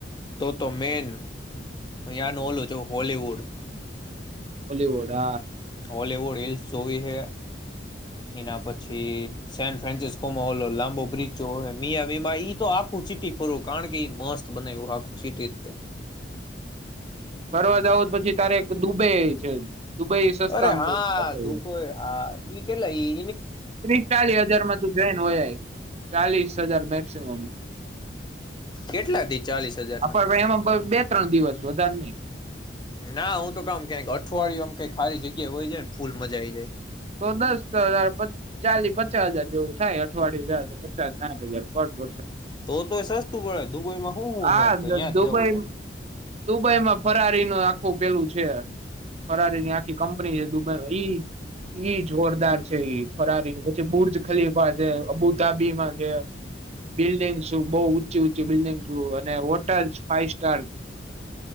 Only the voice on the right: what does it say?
બલીવુડા
ફરવા જાવો પછી તારે એક દુબઈ છે દુબઈ સસ્તામાં
થોડું
ત્રીસ ચાલીસ હજાર માં તું જોઈન હોય ચાલીસ હજાર મે શમ
હા
પણ એમાં બે ત્રણ દિવસ વધારે નઈ
તો દસ હ ચા પચાસ હજાર જેવું થાય અઠવાડય હજાર તો પચાસ સાઠ હજાર પર પર્સન
હા
દુબઈ
દુબઈમાં ફરારી ન આખું પેલું છે ફરારીની આખી કંપની છે દુબઈ ઈ ઈ જોરદાર છે ઈ ફરારી પછી બુર્જ ખલીફા છે અબુ તાબીમાં છે બિલ્ડિંગ્સ બહ ઊંચી ઊંચી બિલ્ડિંગ અને હોટલ ફાઈવ સ્ટાર